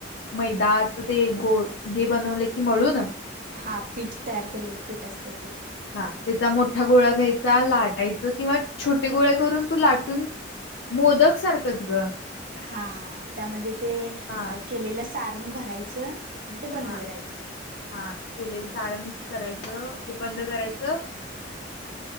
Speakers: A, on the left (about 65°); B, on the right (about 45°).
A: मैदात ते गो घे बनवले की मळूून
B: हा पीठ तयार केलेलं पीठ असते ते
A: हा त्याचा मोठा गोळा घ्यायचा लाटायच किंवा छोटे गोळे करून तू लाटून मोदक सारखंच ग
B: हा त्यामध्ये ते
A: हा
B: केलेल्या सारण भरायचं आणि ते बंद
A: हा
B: करायचं
A: हा केलेलं सारण करायचं हे बंद करायचं
B: हा